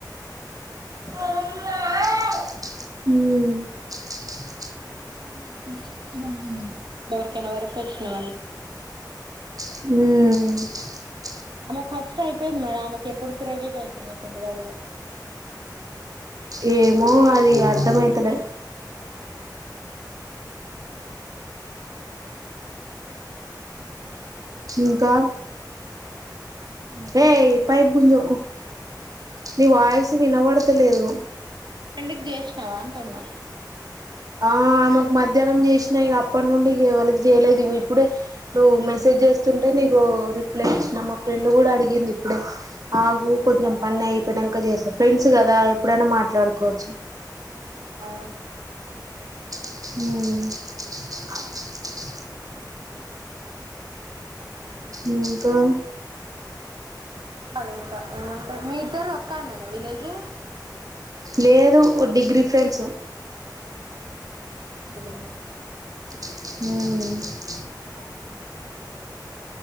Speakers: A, on the right (about 50°); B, on the right (about 80°).
A: ఆ
B: ఇంకెవరైనా మెసట్ చేసినా బాగుండ ఇంతవరకు వరకు వచ్చన్నా
A: హ
B: ఆమె ఫస్ట్ అయిపోయింది మేడం మాకు ఎప్పుడు క్రెడిట్ అయితాయో తెలువదు
A: ఏమో అది అ అర్ధం అయితలే ఇంకా
B: హుహు
A: ఏయ్ పైప్ గుంజకు నీ వాయిస్ వినబడతలేదు
B: మీ ఫ్రెండ్ కి చేసినావా అంటున్నా
A: ఆ ఆమెకు మధ్యాహ్నం చేసినా ఇగ అప్పటి నుండి ఇగ ఎవ్వలకు చేయలేదు ఇగో ఇప్పుడే నువ్వు మెసేజ్ చేస్తుంటే నీకు రిప్లై ఇచ్చిన మా ఫ్రెండ్ కూడా అడిగింది ఇప్పుడే అగు కొంచెం పని అయిపోయినాక ఇంకా చేస్తాం ఫ్రెండ్స్ కదా ఎప్పుడైనా మాట్లాడుకోవచ్చు
B: ఆ
A: హ్మ్ ఇంకా
B: చెప్పాలే ఇంకా ఏమంటే మీ ఇద్దరు ఒక్కకాన్నేనా విలేజ్
A: లేదు డిగ్రీ ఫ్రెండ్స్
B: హలో
A: ఆ
B: మహుబాద్ ఏనా